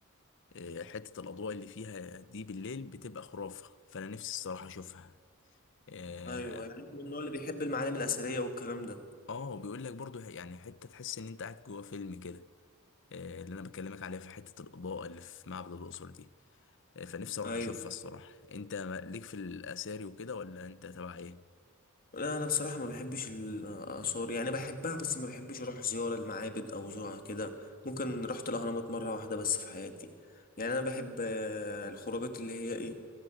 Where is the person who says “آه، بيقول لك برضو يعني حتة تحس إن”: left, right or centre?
Left